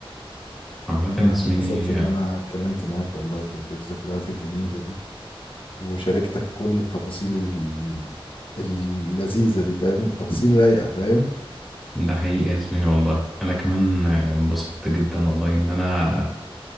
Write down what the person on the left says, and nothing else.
انا
اتبسطت ان انا اتكلمت معاك والله في, في الذكريات الجميله دي وشاركتك كل التفاصيل ال- اللذيذه دي فاهم التفاصيل رايقه فاهم